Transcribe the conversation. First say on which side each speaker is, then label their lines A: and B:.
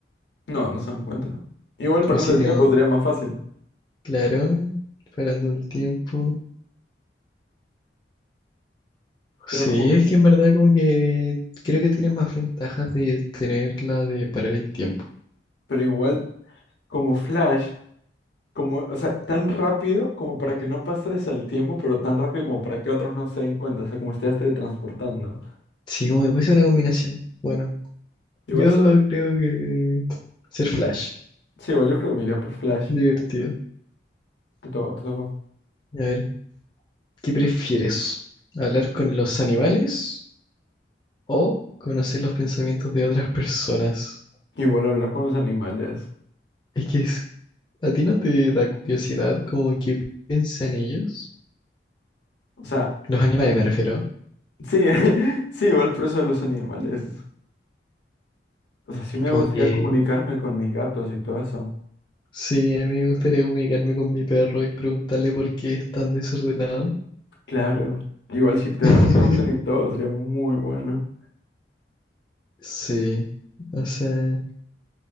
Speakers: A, on the left; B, on the left.
A: No, no se encuentra. Igual parando
B: O si
A: el
B: tengo,
A: tiempo sería más fácil.
B: claro, parando el tiempo. Sí,
A: Pero como.
B: es que en verdad como que creo que tiene más ventajas de tener la de parar el tiempo.
A: Pero igual, como Flash, como, o sea, tan rápido como para que no pases el tiempo, pero tan rápido como para que otros no se den cuenta. O sea, como estés teletransportando.
B: Sí, como que puede ser una combinación. Bueno,
A: Igual
B: yo
A: sí,
B: creo que ser Flash,
A: sí, igual yo creo que me iría por Flash.
B: divertido.
A: Te to- te tocó.
B: A ver, ¿qué prefieres? ¿Hablar con los animales o conocer los pensamientos de otras personas?
A: Igual hablar con los animales.
B: Es que es- a ti no te da curiosidad como qué piensan ellos.
A: O sea,
B: Los animales me refiero.
A: Sí, <laughs> sí, igual por eso de los animales. O sea, sí me
B: Como
A: gustaría
B: que
A: comunicarme con mis gatos y todo eso.
B: Sí, a mí me gustaría comunicarme con mi perro y preguntarle por qué es tan desordenado.
A: Claro. Igual si te
B: <laughs>
A: responden y todo, sería muy bueno.
B: Sí, o sea,